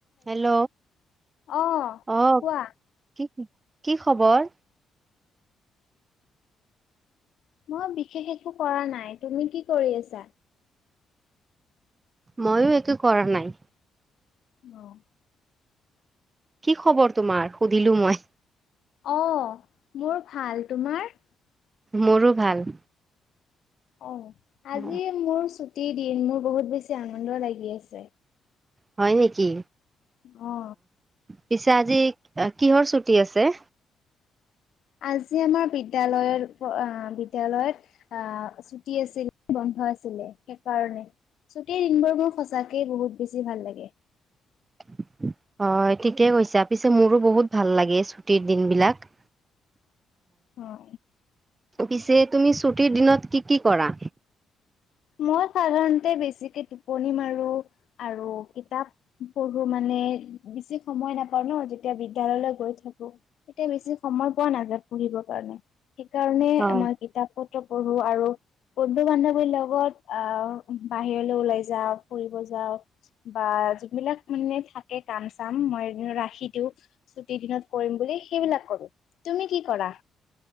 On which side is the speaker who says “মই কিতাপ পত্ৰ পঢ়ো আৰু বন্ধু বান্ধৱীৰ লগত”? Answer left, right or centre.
Left